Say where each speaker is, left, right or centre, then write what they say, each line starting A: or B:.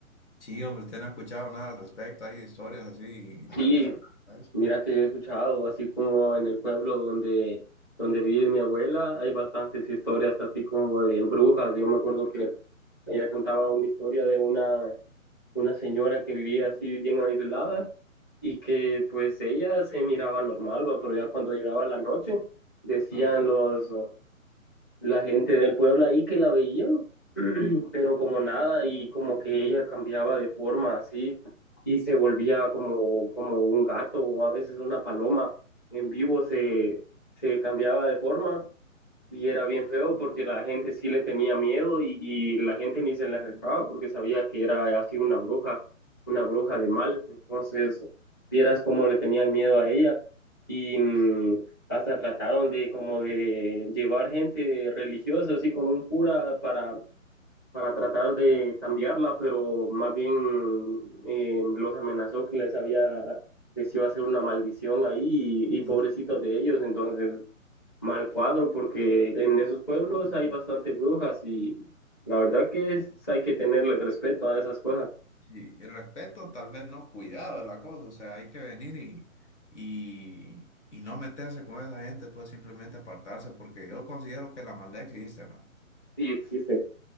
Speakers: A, on the left; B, on the left.
A: Sí, hombre, usted no ha escuchado nada al respecto, hay historias así relacionadas
B: Sí,
A: a eso.
B: mira que yo he escuchado, así como en el pueblo donde, donde vive mi abuela, hay bastantes historias así como de brujas. Yo me acuerdo que ella contaba una historia de una, una señora que vivía así bien aislada y que pues ella se miraba normal, ¿va? Pero ya cuando llegaba la noche decían
A: Ajá.
B: los, la gente del pueblo ahí que la veía, <clears throat> pero como nada y como que ella cambiaba de forma así y se volvía como, como un gato o a veces una paloma en vivo se, se cambiaba de forma y era bien feo porque la gente sí le tenía miedo y, y la gente ni se le acercaba porque sabía que era así una bruja, una bruja de mal. Entonces, vieras cómo le tenían miedo a ella y mm, hasta trataron de como de llevar gente religiosa, así como un cura para, para tratar de cambiarla, pero más bien eh, los amenazó que les había, les iba a hacer una maldición ahí y, y
A: Hijo,
B: pobrecitos de ellos. Entonces mal cuadro porque en esos pueblos hay bastante brujas y la verdad que es- hay que tenerle respeto a esas cosas.
A: Sí, y respeto, tal vez no, cuidado es la cosa, o sea, hay que venir y, y, y no meterse con esa gente, pues simplemente apartarse, porque yo considero que la maldad existe, man
B: Sí existen.